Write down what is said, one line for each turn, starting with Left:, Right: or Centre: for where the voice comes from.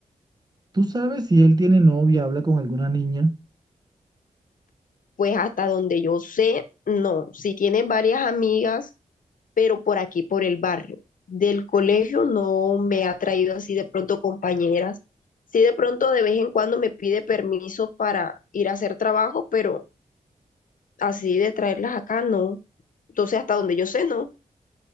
Right: ¿Tú sabes si él tiene novia, habla con alguna niña?
Left: Pues hasta donde yo sé, no. Sí tiene varias amigas, pero por aquí, por el barrio. Del colegio no me ha traído así de pronto compañeras. Sí de pronto de vez en cuando me pide permiso para ir a hacer trabajo, pero así de traerlas acá, no. Entonces, hasta donde yo sé, no.